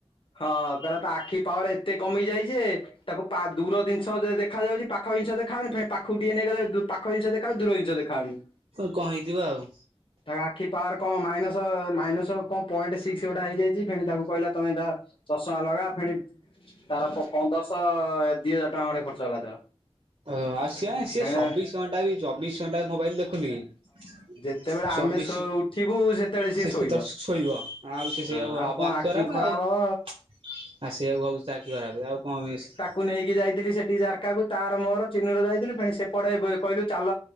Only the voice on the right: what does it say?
କ କଣ ହେଇଥିବ ଆଉ।
ହ ଆଉ ସିଏ ସି
ଚବିଶ ଘଣ୍ଟା ବି ଚବିଶ ଘଣ୍ଟା ମୋବାଇଲ ଦେଖୁନି କି
ଚବିଶ
ସେ
ସେତେବେଳେ ଶୋଇବ ଆଉ ସେ ସେଆକୁ
ହବ
ଆଖୀ
ଖରାବେ
ଆଉ। ଆ
ସେଆକୁ ହୋଉଛି ତା ଆଖୀ ଖରାବେ ଆଉ କଣ ସେ